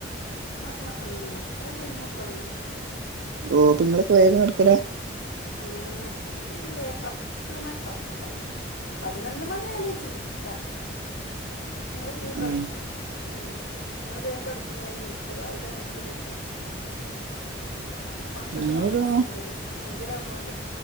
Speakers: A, on the left; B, on the right.
A: അ ആ അത്ര ടൈമൊക്കെ ആവോ
B: ഓ അപ്പൊങ്ങൾക്കെ വേഗം കെടക്കല
A: ആ ഞങ്ങള് വേ പത്ത്‌മണി പത്ത് ത്തര പതിന്നൊന്ന് മണി ആകല് ചുരുക്കാ ഞങ്ങള് വേഗം കെടക്കു
B: ഏഹ്
A: മ്മ് ഞങ്ങള് വേഗം കെടക്കും വേഗനീക്കും രാവിലെ നേരത്തെ ണിക്കണം മക്കക്ക്
B: ഞങ്ങളൊരു
A: മദ്രസണ്ടേ അഞ്ച് അ ഞ്ചരാമ്പോ മ